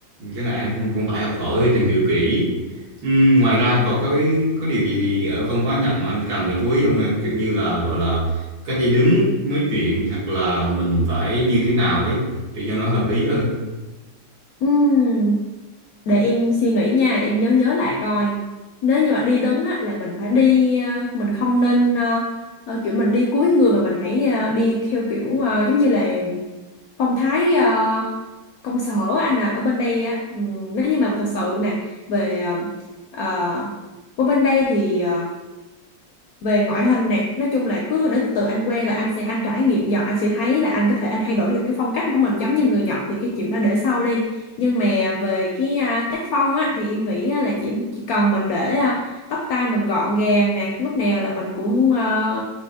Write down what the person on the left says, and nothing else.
Ừm, để em suy nghĩ nha để em nhớ nhớ lại coi nếu như mà đi đứng á là mình phải đi ờ, mình không nên ờ, ờ, kiểu mình đi cúi người mà mình hãy ờ, đi theo kiểu ờ, giống như là phong thái ờ, công sở anh à ở bên đây á ừm, nếu như mà thật sự nè về ờ, ờ, ở bên đây thì ờ, về ngoại hình nè nói chung là cứ để từ từ anh quen là anh sẽ anh trải nghiệm dần anh sẽ thấy là anh có thể anh thay đổi được cái phong cách của mình giống như người Nhật thì cái chuyện đó để sau đi nhưng mà về cái à, tác phong á thì em nghĩ á, là chỉ, chỉ cần mình để à, tóc tai mình gọn gàng nè lúc nào là mình cũng à,